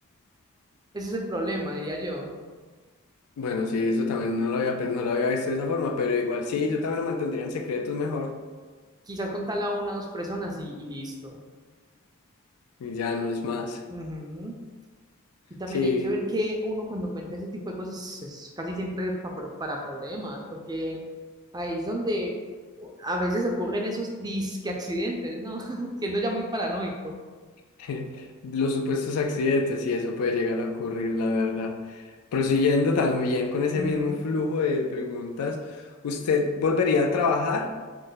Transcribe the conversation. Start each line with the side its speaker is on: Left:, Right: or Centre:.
Right: Ese es el problema, diría yo.
Left: bueno, sí, eso también no lo había, pe- no lo había visto de esa forma, pero igual sí, yo también lo mantendría en secretos mejor
Right: Quizás contarla a una o dos personas y, y listo.
Left: y ya no es más.
Right: Ujú. Y también
Left: Sí,
Right: hay que ver que uno cuando cuenta ese tipo de cosas es casi siempre pa- pro- para problemas, porque ahí es donde a veces ocurren esos disque accidentes, ¿no? <laughs> Siendo ya muy paranoico.
Left: <laughs> los supuestos accidentes y eso puede llegar a ocurrir, la verdad. Prosiguiendo también con ese
Right: Ujú.
Left: mismo flujo de preguntas, ¿usted volvería a trabajar